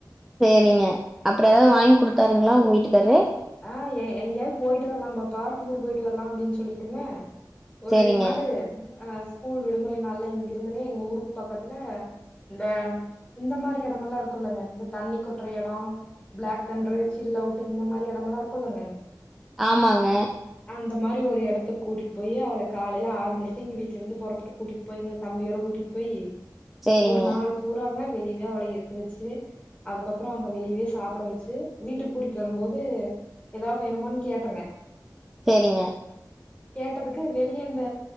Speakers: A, in the centre; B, on the left.
A: சேரிங்க அப்ற எதாவது வாய்ங் குடுத்தாருங்ளா உங்க வீட்டுக்கார்ரு.
B: ஆ எ எங்யாவ்து போயிட்டு வர்லாம் பாப்பா டூரு போய்ட்டு வர்லா அப்டின் சொல்லிட்டுங்க ஒ
A: சரிங்க.
B: ரெண் நாளு அ ஸ்கூல் விடுமுறை நாள்ல இங்கிருந்துங்க எங்க ஊருக் பக்கத்ல இந்த இந்த மாரி எடமல்லா இருக்குல்லங்க இந்த தண்ணி கொட்ற எடொ ப்ளாக் தண்ட்ரு சில் அவுட்டு இந்த மாரி எடமல்லா இருக்குல்லங்க
A: ஆமாங்க.
B: அந்த மாரி ஒரு எடத்துக் கூட்டிட்டு போயி அவள காலைல ஆறு மணிக்கே இங்க வீட்லருந்து பொறப்ட்டு கூட்டிட் போய்ங்க தம்பியோட கூட்டிட் போயி
A: சரிங்க,
B: ஒரு நாள் பூராங்க வெளியவே அவள இருக்க வெச்சு அதுக்கப்புறோ அங்க வெளியவே சாப்பட வெச்சு வீட்டுக் கூட்டிட்டு வரும் போது எதா வேணுமான் கேட்டங்க.
A: சேரிங்க.
B: கேட்டதுக்கு வெளிய அந்த